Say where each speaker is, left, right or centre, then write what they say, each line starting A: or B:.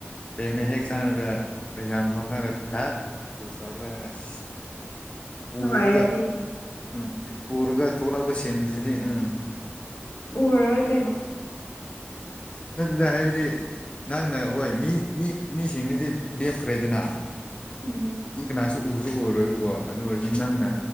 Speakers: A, on the left (about 25°); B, on the left (about 80°).
A: ꯕꯦꯡꯅ ꯍꯦꯛ ꯆꯪꯉꯒ ꯄꯩꯁꯥ ꯃꯐꯝ ꯈꯔ ꯊꯛ ꯇꯧꯔꯒ ꯑꯁ꯫ ꯄꯨꯔꯒ
B: ꯅꯨꯡꯉꯥꯏꯒꯅꯤꯗ
A: ꯎꯝ ꯄꯨꯔꯒ ꯊꯣꯛꯂꯛꯄ ꯁꯤꯟꯁꯤꯗꯤ ꯎꯝ꯫
B: ꯎꯔꯔꯣꯏ ꯀꯩꯅꯣ꯫
A: ꯅꯪꯅ ꯍꯥꯏꯕꯗꯤ꯫ ꯅꯪꯅ ꯍꯣꯏ ꯃꯤ ꯃꯤ ꯃꯤꯁꯤꯡꯗꯨꯗꯤ ꯂꯦꯞꯈ꯭ꯔꯦꯗꯅ
B: ꯎꯝ
A: ꯃꯤ ꯀꯅꯥꯁꯨ ꯎꯁꯨ ꯑꯣꯏꯔꯣꯏꯕꯀꯣ ꯑꯗꯨ ꯑꯣꯏꯔꯁꯨ ꯅꯪꯅ